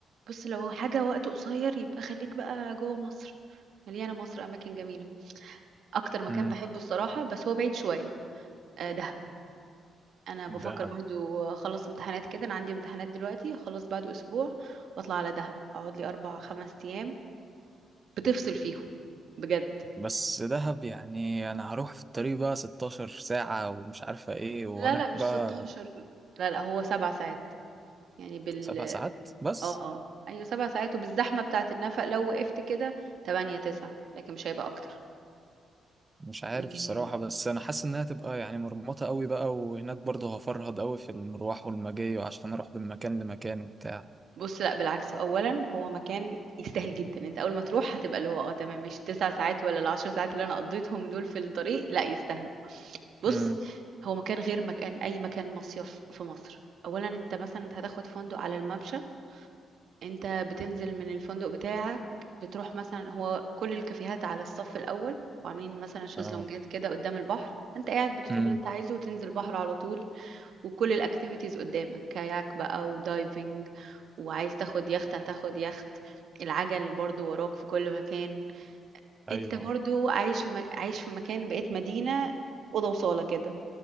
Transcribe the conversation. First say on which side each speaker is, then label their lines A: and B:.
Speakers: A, on the right; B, on the right.
A: بص لو هو حاجه وقت قصير يبقى خليك بقى جوه مصر مليانه مصر اماكن جميله اكتر مكان
B: امم
A: بحبه الصراحه بس هو بعيد شويه آه دهب انا بفكر
B: دهب
A: برضو اخلص امتحانات كده انا عندي امتحانات دلوقتي اخلص بعد اسبوع واطلع على دهب اقعد لي اربع خمس ايام بتفصل فيهم بجد
B: بس دهب يعني انا هروح في الطريق بقى 16 ساعة ومش عارفة ايه وهناك
A: لا لا مش
B: بقى
A: 16 لا لا هو سبع ساعات يعني بال
B: سبع ساعات بس
A: اه ايوه سبع ساعات وبالزحمه بتاعه النفق لو وقفت كده تمانية تسعة لكن مش هيبقى اكتر
B: مش عارف
A: لكن
B: الصراحة بس أنا حاسس إنها تبقى يعني مرمطة قوي بقى وهناك برضه هفرهد قوي في المروح والمجاي وعشان أروح من مكان لمكان وبتاع
A: بص لا بالعكس اولا هو مكان يستاهل جدا انت اول ما تروح هتبقى اللي هو اه تمام مش التسع ساعات ولا العشر ساعات اللي انا قضيتهم دول في الطريق لا يستاهلوا بص
B: امم
A: هو مكان غير مكان اي مكان مصيف في مصر اولا انت مثلا هتاخد فندق على الممشى انت بتنزل من الفندق بتاعك بتروح مثلا هو كل الكافيهات على الصف الاول وعاملين مثلا شезلونجات
B: اه
A: كده قدام البحر انت قاعد بتطلب
B: امم
A: اللي انت عايزه وتنزل البحر على طول وكل الاكتيفيتيز قدامك كاياك بقى ودايفنج وعايز تاخد يخت هتاخد يخت العجل برضو وراك في كل مكان
B: أيوه
A: انت برضو عايش في م... عايش في مكان بقيت مدينة اوضه وصاله كده